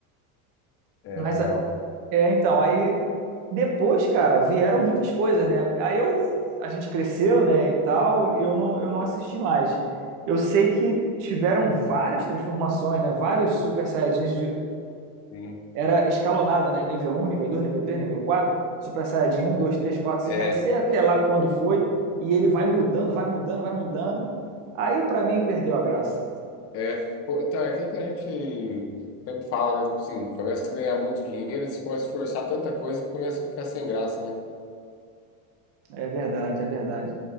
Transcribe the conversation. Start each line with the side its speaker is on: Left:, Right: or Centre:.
Left: É,
Right: Mas
Left: legal.
Right: a- é, então, aí depois, cara, vieram muitas coisas, né? Aí eu a gente cresceu, né, e tal, e eu não, eu não assisti mais. Eu sei que tiveram várias transformações, né? Vários Super Saiyajins
Left: Sim.
Right: era escalonada, né? Nível um, nível 2, nível 3, nível 4, Super Saiyajin um, 2, 3, quatro,
Left: É,
Right: 5, aí sei até
Left: e eu,
Right: lá quando foi, e ele vai mudando, vai mudando, vai mudando. Aí pra mim perdeu a graça.
Left: é, ficou- então, é aquilo que a gente sempre fala, né? Tipo Assim, começa a ganhar muito dinheiro, eles começam a forçar tanta coisa que começa a ficar sem graça, né?
Right: É verdade, é verdade.